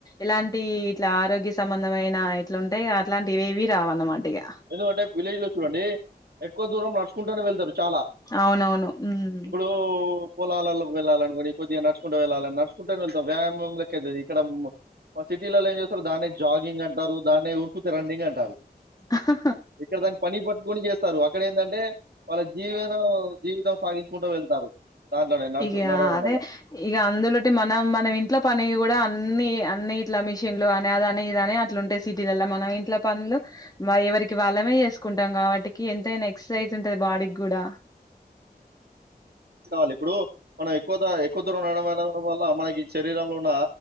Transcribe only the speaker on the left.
ఇలాంటి ఇట్లా ఆరోగ్య సంబంధమైన ఇట్లుంటాయి అట్లాంటివేవి రావన్న మాటిగా
అవునవును. హ్మ్.
అహా
ఇగా
అదే
ఇగా అందులోటి మనం మనం ఇంట్లో పని కూడా అన్ని అన్ని ఇట్లా మిషన్లు అదా ఇదాని అట్లు ఉంటాయి సిటీ లల్లా మనం ఇంట్ల పనులు ఎవరికి వాళ్ళమే చేసుకుంటాం కాబట్టికి ఎంతైనా ఎక్సర్సైజ్ ఉంటది బాడీకి కూడా